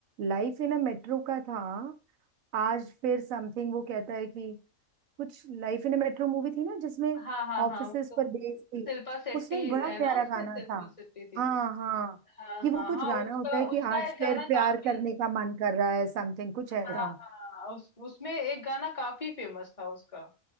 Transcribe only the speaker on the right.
लाइफ इन अ मेट्रो का था आज फिर समथिंग वो कहता है कि कुछ Life in a metro movie थी ना जिसमें
ऑफिसेस
पर बेस्ड थी
उसमें एक बड़ा
प्यारा
गाना
था
हाँ हाँ
कि वो
कुछ
गाना
होता है कि
आज
फिर
प्यार
करने का मन कर रहा है समथिंग कुछ ऐसा